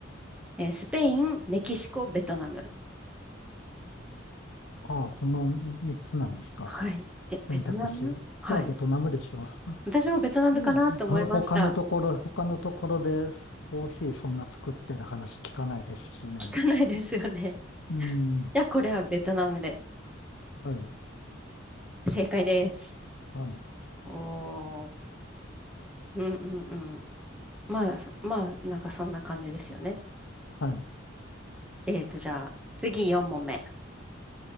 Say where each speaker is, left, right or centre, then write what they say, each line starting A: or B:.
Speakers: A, in the centre; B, on the left (about 70°).
A: えースペイン、メキシコ、ベトナム。
B: ああ、その3つなんですか。
A: はい。え、
B: 選択肢。
A: ベトナムはい。
B: じゃあ、ベトナムでしょ
A: 私もベトナムかなと思いました。
B: う。うんほ <laughs> 他のところ、他のところでコーヒーそんな作ってる話聞かないですしね。
A: 聞かないですよね。
B: うん。
A: じゃあ、これはベトナムで。
B: はい。
A: 正解です。
B: はい。
A: おー。うんうんうん。まあ、まあ、なんかそんな感じですよね。
B: はい。
A: えーと、じゃあ、次4問目。